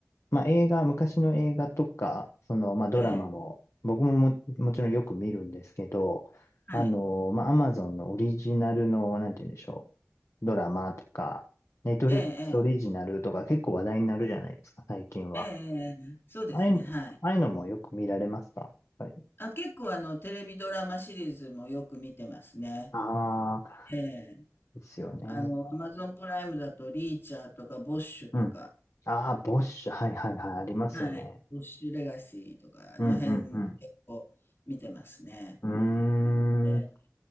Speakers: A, on the left; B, on the left.
A: まあ、映画、昔の映画とか、その、まあ、ドラマも、
B: ええ、
A: 僕もも、もちろんよく見るんですけど、
B: はい。
A: あの、まあ、アマゾンのオリジナルの、なんて言うんでしょう。ドラマとか、ネットフリックスオリジナルとか結構話題になるじゃないですか、
B: ええ、
A: 最近は。
B: ええ、ええ、ええ、そうですね、
A: ああいう、
B: はい。
A: ああいうのもよく見られますかやっぱり
B: あ、結構あの、テレビドラマシリーズもよく見てますね。
A: ああ、
B: ええ。
A: ですよね。
B: あの、アマゾンプライムだと、リーチャーとか、ボッシュとか、
A: うん。ああ、ボッシュ。はいはいはい。ありますよね。
B: はい。ボッシュレガシーとか、あの辺結構見てますね。
A: うんうんうん。
B: ええ。
A: うーん。